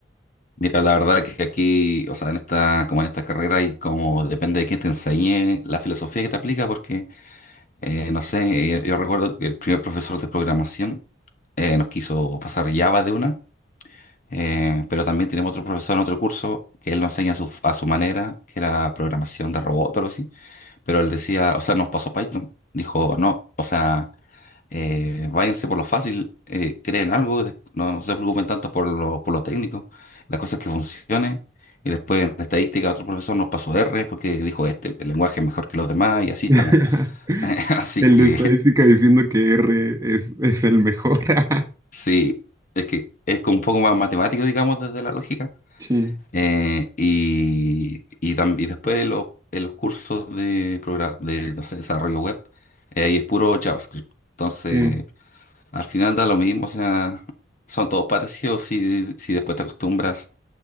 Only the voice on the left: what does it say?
Mira, la verdad que aquí, o sea, en esta, como en esta carrera y como depende de quién te enseñe la filosofía que te aplica, porque, eh, no sé, eh, yo recuerdo que el primer profesor de programación eh, nos quiso pasar Java de una, eh, pero también tenemos otro profesor en otro curso que él nos enseña a su, a su manera, que era programación de robot o algo así. Pero él decía, o sea, nos pasó Python. Dijo, no, o sea, eh, váyanse por lo fácil, eh, creen algo, de- no, no se preocupen tanto por lo, por lo técnico, la cosa es que funcione. Y después en estadística otro profesor nos pasó R porque dijo, este, el lenguaje es mejor que los demás y así
estamos. <laughs> Así
que
sí, es que es como un poco más matemático, digamos, desde la lógica,
Eh, y, y, tam- y después en los, en los cursos de, progra- de no sé, desarrollo web, eh, ahí es puro JavaScript. Entonces,
al final da lo mismo, o sea, son todos parecidos si, si después te acostumbras.